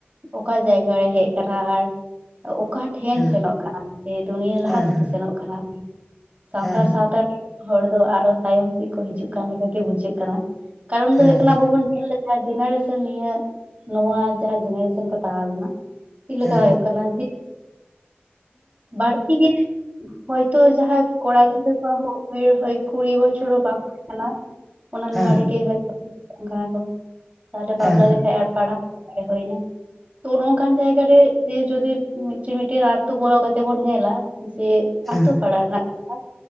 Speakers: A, on the right; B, in the centre.
A: ᱚᱠᱟ ᱡᱟᱭᱜᱟ ᱨᱮ ᱦᱮᱡ ᱟᱠᱟᱱᱟ ᱟᱨ ᱚᱠᱟᱼᱼ ᱴᱷᱮᱱ
B: ᱦᱮᱸ
A: ᱥᱮᱱᱚᱜ ᱠᱟᱱᱟ ᱡᱮ ᱫᱩᱱᱭᱟᱹ ᱞᱟᱦᱟ
B: ᱦᱮᱸ
A: ᱥᱮᱫ
B: ᱦᱮᱸ
A: ᱥᱮᱱᱚᱜ ᱠᱟᱱᱟ ᱥᱟᱱᱛᱟᱲ
B: ᱦᱮᱸ
A: ᱥᱟᱶᱛᱟᱼᱼ <unintelligible> ᱦᱚᱲ ᱫᱚ ᱟᱨᱚ ᱛᱟᱭᱚᱢ ᱥᱮᱫ ᱠᱚ ᱦᱤᱡᱩᱜ ᱠᱟᱱ ᱞᱮᱠᱟ ᱜᱮ ᱵᱩᱡᱷᱟᱹᱜ ᱠᱟᱱᱟ ᱠᱟᱨᱚᱱ
B: ᱦᱮᱸ
A: ᱫᱚ ᱦᱩᱭᱩᱜ ᱠᱟᱱᱟ
B: ᱦᱮᱸ
A: ᱟᱵᱚ ᱵᱚᱱ ᱧᱮᱞ ᱡᱟᱦᱟᱸ ᱡᱮᱱᱟᱨᱮᱥᱚᱱ ᱱᱤᱭᱟᱹ ᱱᱚᱣᱟ ᱡᱟᱦᱟᱸ ᱡᱮᱱᱟᱨᱮᱥᱚᱱ ᱠᱚ ᱛᱟᱦᱮᱸ ᱞᱮᱱᱟ ᱪᱮᱫ ᱞᱮᱠᱟ
B: ᱦᱮᱸ
A: ᱦᱩᱭᱩᱜ ᱠᱟᱱᱟ ᱡᱮ ᱵᱟᱹᱲᱛᱤ ᱜᱮ ᱦᱚᱭᱛᱳ ᱡᱟᱦᱟᱸᱭ ᱠᱚᱲᱟ ᱜᱤᱫᱟᱹᱨ ᱦᱚ ᱩᱢᱮᱨ ᱦᱳᱤ ᱠᱩᱲᱤ ᱵᱚᱪᱚᱨ ᱦᱚᱸ ᱵᱟᱝ ᱦᱩᱭ ᱠᱟᱱᱟ ᱚᱱᱟ
B: ᱦᱮᱸ
A: ᱞᱟᱦᱟ ᱨᱮᱜᱮ <unintelligible> ᱦᱚᱭ ᱠᱟᱱᱟ ᱠᱚ ᱛᱟᱦᱚᱞᱮ ᱵᱟᱯᱞᱟ
B: ᱦᱮᱸ ᱦᱮᱸ
A: ᱞᱮᱠᱷᱟᱱ ᱟᱨ ᱯᱟᱲᱟᱣ <unintelligible> ᱦᱩᱭᱱᱟ ᱛᱚ ᱱᱚᱝᱠᱟᱱ ᱡᱟᱭᱜᱟ ᱨᱮ ᱡᱮ ᱡᱚᱫᱤ ᱢᱤᱴᱤᱡ ᱢᱤᱴᱤᱡ ᱟᱛᱚ ᱵᱚᱞᱚ ᱠᱟᱛᱮ ᱛᱮᱵᱩᱱ ᱧᱮᱞᱟ ᱡᱮ
B: ᱦᱮᱸ
A: ᱟᱛᱳ ᱯᱟᱲᱟ ᱨᱮᱱᱟᱜ ᱠᱟᱛᱷᱟ